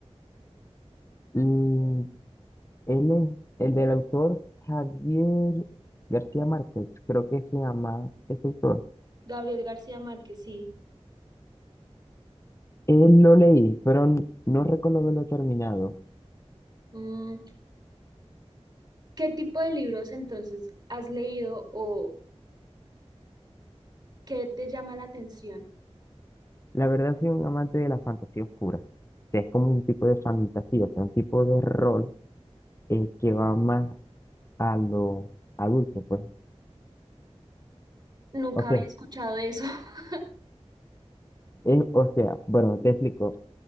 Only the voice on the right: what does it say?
Gabriel García Márquez, sí.
Mm, ¿qué tipo de libros entonces has leído o qué te llama la atención?
Nunca
había escuchado de eso. <laughs>